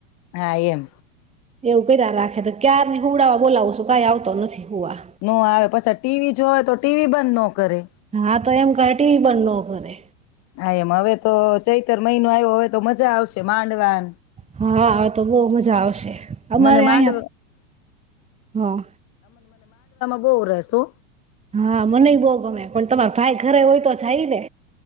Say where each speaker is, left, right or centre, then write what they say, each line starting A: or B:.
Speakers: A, on the left; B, on the right.
A: હા એમ.
B: એવું કર્યા રાખે તો ક્યાર ની હવડાવા બોલાવું છું કઈ આવતો નથી. હુવા
A: ન આવે પછ ટીવી જોય તો ટીવી બંધ ન કરે.
B: હા તો એમ ઘાટી બં નખને.
A: હા એમ હવે તો ચૈતર મહિનો આવ્યો હવે તો મજા આવશે માંડવા
B: હા તો બહ મજા આવશે અમારે
A: મને માંડવા
B: અહં હા.
A: બ રહેસો.
B: હા મનેય બહ ગમે પણ તમારા ભાઈ ઘરે હોય તો જાય ને.